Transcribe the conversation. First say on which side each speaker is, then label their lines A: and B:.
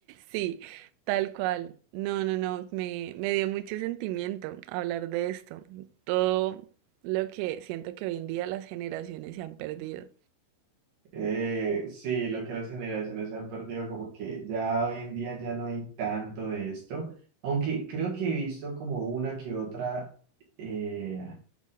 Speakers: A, on the right; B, on the right.
A: Sí, tal cual. No, no, no, me, me dio mucho sentimiento hablar de esto. Todo lo que siento que hoy en día las generaciones se han perdido.
B: Eh, sí, lo que las generaciones han perdido, como que ya hoy en día ya no hay tanto de esto, aunque creo que he visto como una que otra. eh,